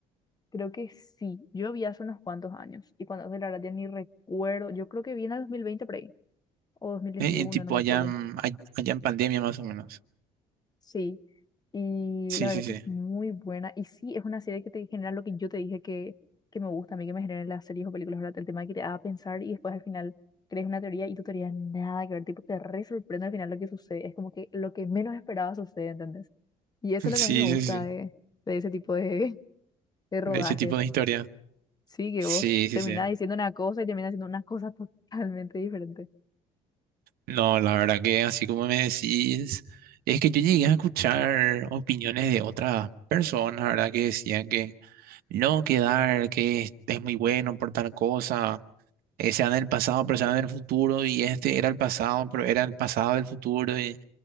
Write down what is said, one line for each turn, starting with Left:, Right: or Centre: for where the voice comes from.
Left: creo que sí. Yo vi hace unos cuantos años y cuando hace la verdad ya ni recuerdo. Yo creo que vi en el 2020 por ahí o dos mil veintiuno
Right: Eh, en tipo
Left: no me acuerdo.
Right: allá, en- all- allá en pandemia más o menos.
Left: Sí, y
Right: Sí,
Left: la verdad
Right: sí,
Left: que
Right: sí.
Left: es
Right: <laughs>
Left: muy buena. Y sí, es una serie que te genera lo que yo te dije que, que me gusta a mí, que me generan las series o películas, ¿verdad? El tema de que te haga pensar y después al final crees una teoría y tu teoría nada que ver, tipo, te re sorprende al final lo que sucede. Es como que lo que menos esperaba sucede, ¿entendés? Y eso es lo
Right: Sí,
Left: que a mí me gusta
Right: sí, sí.
Left: de, de ese tipo de, <laughs> de rodajes.
Right: De ese tipo de historia.
Left: Sí, que
Right: Sí,
Left: vos
Right: sí,
Left: terminás
Right: sí.
Left: diciendo una cosa y terminás haciendo una cosa totalmente diferente.
Right: No, la verdad que así como me decís, es que yo llegué a escuchar opiniones de otras personas, ¿verdad? Que decían que no, que Dark que es, es muy bueno por tal cosa, eh, sea en el pasado, pero sea en el futuro, y este era el pasado, pero era el pasado del futuro, y